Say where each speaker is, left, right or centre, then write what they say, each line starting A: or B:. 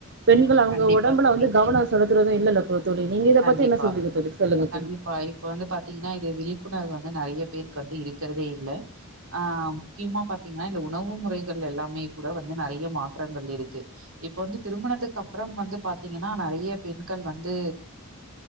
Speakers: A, on the right; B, on the right.
A: பெண்கள் அவங்க
B: கண்டிப்பா
A: ஒட
B: தோழி
A: வந்து கவனம் செலுத்துறதும் இல்லல தோழி நீங்க இத
B: கண்டிப்பா
A: பத்தி என்ன சொல்றீங்க தோழி சொல்லுங்க
B: கண்டிப்பா
A: தோழி
B: இப்ப வந்து பாத்தீங்கன்னா இது விழிப்பு விழிப்புணர்வு வந்து நறைய பேருக்கு வந்து இருக்கிறதே இல்ல ஆ முக்கியமா பாத் திங்கன்னா இந்த உணவு முறைகள் எல்லாமே கூட வந்து நறைய மாற்றங்கள் இருக்கு இப்ப வந்து திருமணத்துக்கு அப்புறம் வந்து பாத்தீங்கன்னா நறைய பெண்கள் வந்து